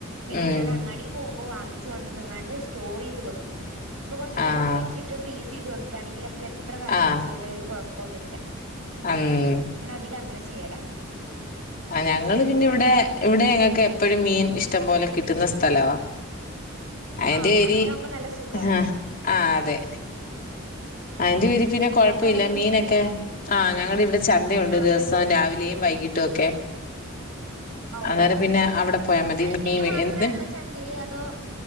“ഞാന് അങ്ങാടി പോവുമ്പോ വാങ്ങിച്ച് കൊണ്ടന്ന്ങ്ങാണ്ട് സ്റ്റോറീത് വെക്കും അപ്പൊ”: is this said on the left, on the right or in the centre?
Right